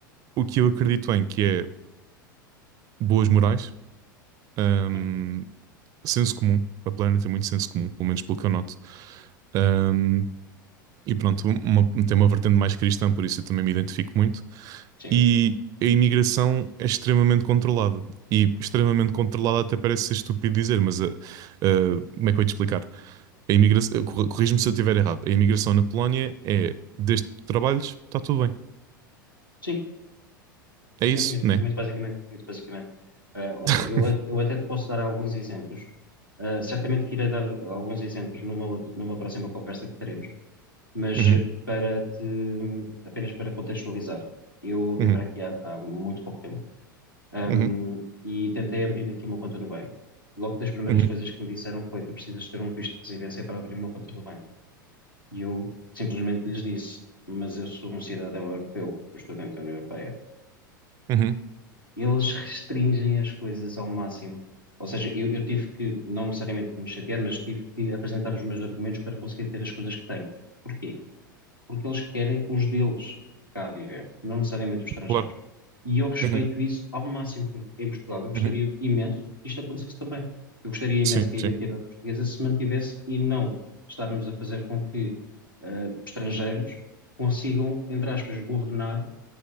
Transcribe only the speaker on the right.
o que eu acredito em, que é boas morais. hum,
senso comum. A Planner tem muito senso comum, pelo menos pelo que eu noto. Ahm, e pronto, uma- tem uma vertente mais cristã, por isso eu também me identifico muito.
E a imigração é extremamente controlada. E extremamente controlada até parece ser estúpido dizer, mas ah, ah, como é que eu ia te explicar? A imigração, ah, corri- corrige-me se eu estiver errado. A imigração na Polónia é desde que trabalhos, está tudo bem.
É isso,
né?
<laughs>
Uhum,
uhum,
uhum,
uhum,
uhum,
claro.
Uhum,
uhum.
Sim,
sim.